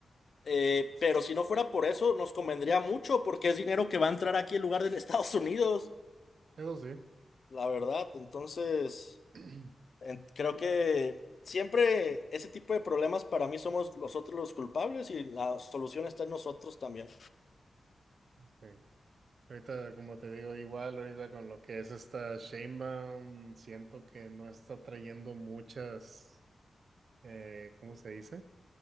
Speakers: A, on the left; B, on the right.
A: eh, pero si no fuera por eso, nos convendría mucho porque es dinero que va a entrar aquí en lugar de en Estados Unidos,
B: Eso sí.
A: la verdad. Entonces...
B: <clears throat>
A: En- Creo
B: Sí,
A: que siempre ese tipo de problemas para mí somos nosotros los culpables y la solución está en nosotros también.
B: Sí. Ahorita, como te digo, igual ahorita con lo que es esta Sheinbaum, siento que no está trayendo muchas, eh, ¿cómo se dice?